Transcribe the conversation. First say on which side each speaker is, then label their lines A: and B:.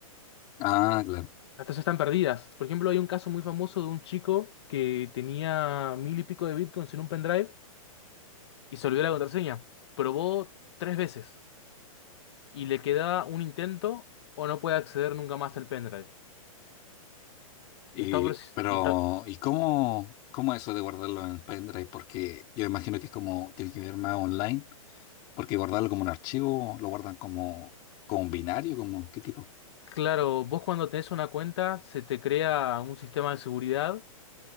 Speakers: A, on the left (about 25°); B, on the left (about 50°).
A: Ah, claro.
B: Estas están perdidas. Por ejemplo, hay un caso muy famoso de un chico que tenía mil y pico de Bitcoins en un pendrive y se olvidó la contraseña. Probó tres veces y le queda un intento o no puede acceder nunca más al pendrive.
A: Y,
B: Y está, ofreci-
A: pero,
B: y está...
A: ¿y cómo, cómo eso de guardarlo en pendrive? Porque yo imagino que es como, tiene que ver más online. Porque guardarlo como un archivo, lo guardan como, como un binario, como qué tipo.
B: Claro, vos cuando tenés una cuenta se te crea un sistema de seguridad